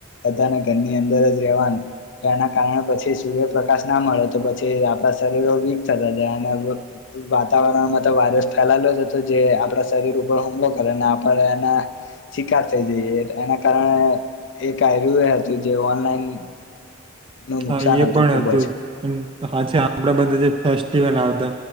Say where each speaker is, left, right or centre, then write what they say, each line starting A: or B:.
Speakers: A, on the left; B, on the right.
A: બધાને ઘરની અંદર જ રહેવાનું એના કારણે પછી સૂર્યપ્રકાશ ના મળે તો પછી આપણા શરીરો વીક થતા જાય વાતાવરણમાં તો વાયરસ ફેલાયેલો જ હતો જે આપણા શરીર ઉપર હુમલો કરે ને આપણે એના શિકાર થઈ જઈએ એના કારણે એક્યું હતું જે ઓનલાઈન નું
B: હા
A: નુકસાન
B: એ
A: હતું
B: પણ
A: ખુબ
B: હતું
A: જ
B: હાચે આપણા બધા જે <inaudible> ફેસ્ટિવલ આવતા